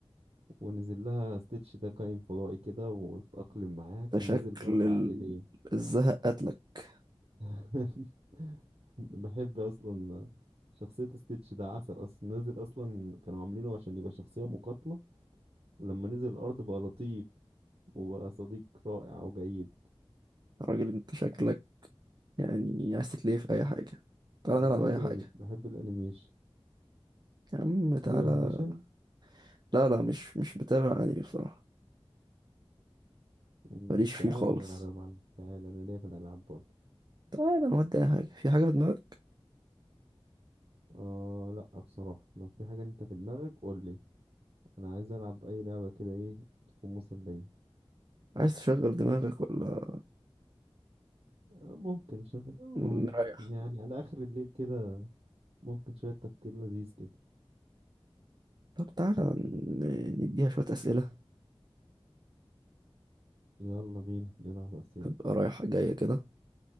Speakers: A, on the right (about 70°); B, on the right (about 45°).
A: ونزل لها ستيتش ده كائن فضائي كده واتأقلم معاها كان
B: ده شكل
A: نازل بأربع
B: ال-
A: ايدين
B: الزهق قتلك
A: <laughs> بحب اصلا شخصية ستيتش ده عسل اصلا نزل اصلا كانوا عاملينه عشان يبقى شخصية مقاتلة ولما نزل الارض بقى لطيف وبقى صديق رائع وجيد
B: يا راجل انت شكلك يعني عايز تتلهي في اي حاجه تعالى
A: بحب
B: نلعب اي حاجه
A: الانمي بحب الانيميشن
B: يا عم
A: بتحب
B: تعالى
A: الانيميشن
B: لا لا مش مش بتابع انمي بصراحه
A: مم،
B: ماليش فيه
A: تعال
B: خالص
A: نلعب يا معلم تعال انا ليا في الالعاب برضه
B: تعالى نودي اي حاجه في حاجه في دماغك
A: اه لا بصراحة لو في حاجة انت في دماغك قول لي انا عايز العب اي لعبة كده ايه تكون مسلية
B: عايز تشغل دماغك ولا
A: آه، ممكن اشغل آه،
B: نريح
A: يعني على اخر الليل كده ممكن شوية تفكير لذيذ كده
B: طب تعالى ن- نديها شوية أسئلة
A: يلا بينا نلعب أسئلة
B: تبقى رايحة جاية كده